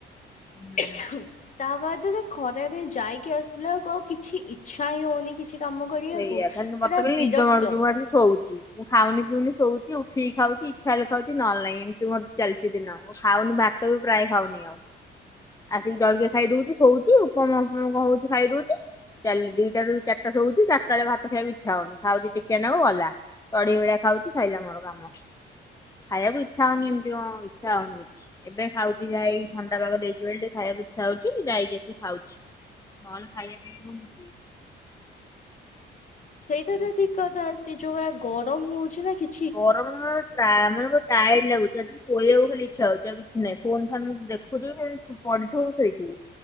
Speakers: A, on the left; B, on the left.
A: ହୁଁ।
B: <unintelligible> ତା ବାଦ୍ ରେ ଖରାରେ ଯାଇକି ଆସିଲାକୁ ଆଉ କିଛି ଇଚ୍ଛା ହିଁ ହଉନି କିଛି କାମ କରିବାକୁ
A: ସେଇଆ ଖାଲି ମତେ
B: ପୁରା
A: ଖାଲି
B: ବିରକ୍ତ।
A: ନିଦ ମାଡୁଛି ମୁଁ ଆସିକି ଶୋଉଛି। ମୁଁ ଖାଉନି ପିଉନି ଶୋଉଛି ଉଠିକି ଖାଉଛି ଇଚ୍ଛା ହେଲେ ଖାଉଛି ନହେଲେ ନାହିଁ ଏମିତି ମୋର ଚାଲିଛି ଦିନ ମୁଁ ଖାଉନି ବା ତ ବି ପ୍ରାୟ ଖାଉନି ଆଉ। ଆସିକି ଜଳକିଆ ଖାଇ ଦଉଛି ଶୋଉଛି ଉପମା କଣ ହଉଛି ଖାଇ ଦଉଛି। ଚାଲି ଦିଟାରୁ ଚିରିଟା ଶୋଉଛି ଚାରିଟା ବେଳେ ଭାତ ଖାଇବାକୁ ଇଚ୍ଛା ହଉନି। ଖାଉଛି ଟିକେ ନାକୁ ଗଲା। ଚଢେଇ ଭଳିଆ ଖାଉଚି ସରିଲା ମୋର କାମ। ଖାଇବାକୁ ଇଛା ହଉନି ଏମିତି ହଁ ଇଚ୍ଛା ହଉନି କିଛି ଏବେ ଖାଉଛି ଯାହା ଏଇ ଥଣ୍ଡା ପାାଗ ଦେଇଛି। <unintelligible> ଖାଇବାକୁ ଇଛା ହଉଛି ଯାଇକି ଆସି ଖାଉଛି ନହେଲେ ଖାଇବା ପାଇଁ ମୁଁ ଯାଇଛି।
B: ସେଇଟା ତ ଠିକ କଥା ସେ ଯୋଉଆ ଗରମ ହଉଛି ନା କି
A: ଗରମରେ <unintelligible> ଟାୟାର୍ଡ ଲାଗୁଛି ଜାକି ଶୋଇବାକୁ ଖାଲି ଇଛା ହଉଛି ଆଉ କିଛି ନାହିଁ ଫୋନ ଫାନ୍ ଦେଖୁଛୁ ପଅଲଠୁ ଶୋଇଥିବି